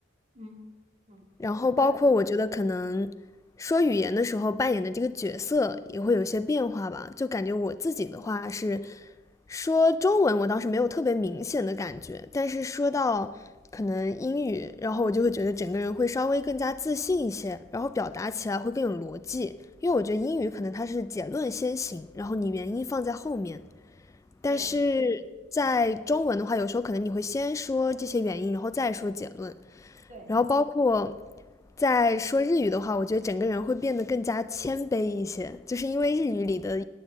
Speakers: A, on the right; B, on the left.
A: 嗯嗯，
B: 然后包括我觉得可能说语言的时候扮演的这个角色也会有些变化吧，
A: 对
B: 就感觉我自己的话是说中文，我倒是没有特别明显的感觉，但是说到可能英语，然后我就会觉得整个人会稍微更加自信一些，然后表达起来会更有逻辑，因为我觉得英语可能它是结论先行，然后你原因放在后面，但是在中文的话，
A: 对对
B: 有时候可能你会先说这些原因，然后再说结论，
A: 对，
B: 然后包括在说日语的话，我觉得整个人会变得更加谦卑一些，就是因为日语里的
A: 嗯